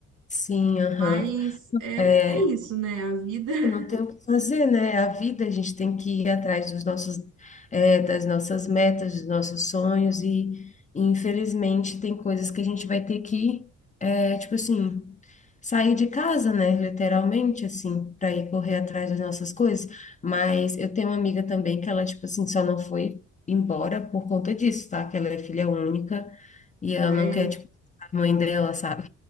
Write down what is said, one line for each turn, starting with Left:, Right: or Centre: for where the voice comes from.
Left: Sim, aham.
Right: Mas é,
Left: É,
Right: é isso, né? A vida <laughs>
Left: Não tem o que fazer, né? A vida, a gente tem que ir atrás dos nossos, eh, das nossas metas, dos nossos sonhos, e, e, infelizmente tem coisas que a gente vai ter que, eh, tipo assim, sair de casa, né? Literalmente, assim, para ir correr atrás das nossas coisas. Mas eu tenho uma amiga também que ela, tipo assim, só não foi embora por conta disso, tá? Que ela é filha única e ela
Right: ah,
Left: não
Right: é.
Left: quer, tipo, a mãe dela, sabe?